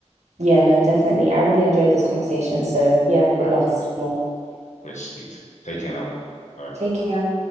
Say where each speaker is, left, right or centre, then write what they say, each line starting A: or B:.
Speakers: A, on the right (about 70°); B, on the left (about 80°).
A: Yeah, no, definitely. I really enjoyed this conversation. So, yeah,
B: Likewise.
A: we'd love to see more.
B: Great to speak. Take care now. All right.
A: Take care.